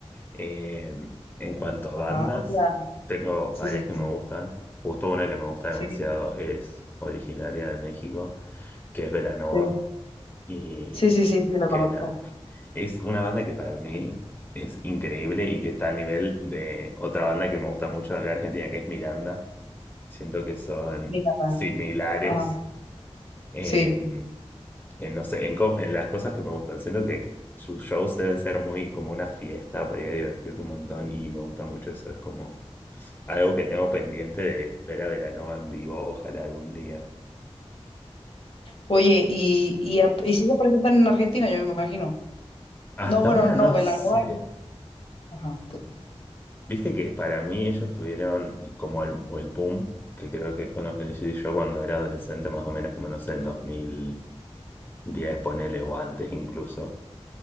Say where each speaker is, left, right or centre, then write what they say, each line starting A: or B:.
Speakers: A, on the left; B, on the left.
A: Eh, en cuanto a
B: Ajá,
A: bandas,
B: o sea,
A: tengo
B: sí,
A: varias
B: sí,
A: que
B: sí,
A: me gustan. Justo una que me gusta
B: sí,
A: demasiado es originaria de México, que es Belanova.
B: sí,
A: Y
B: sí, sí, sí, sí, la
A: que
B: conozco.
A: nada, es una banda que para mí es increíble y que está al nivel de otra banda que me gusta mucho de acá de Argentina, que es Miranda. Siento que son
B: Mira,
A: similares
B: ajá,
A: en,
B: sí.
A: en, no sé, en, cómo- en las cosas que me gustan. Siento que sus shows deben ser muy como una fiesta para ir a divertirte un montón y me gusta mucho eso. Es como algo que tengo pendiente de ver a Belanova en vivo, ojalá algún día.
B: Oye, y, y, a- y sí se presentan en Argentina, yo me imagino.
A: Hasta
B: No, bueno,
A: ahora
B: no,
A: no
B: Belanova.
A: sé.
B: Ajá.
A: Viste que para mí ellos tuvieron como el, o el boom, que creo que es cuando conocí yo cuando era adolescente, más o menos como no sé, en 2010, ponele o antes incluso,